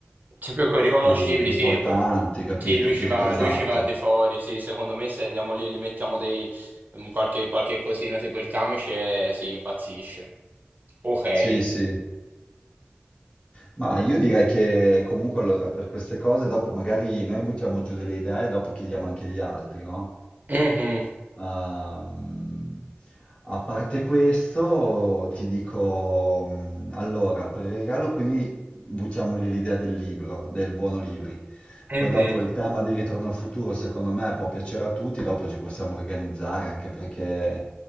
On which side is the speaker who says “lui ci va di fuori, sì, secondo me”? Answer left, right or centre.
Right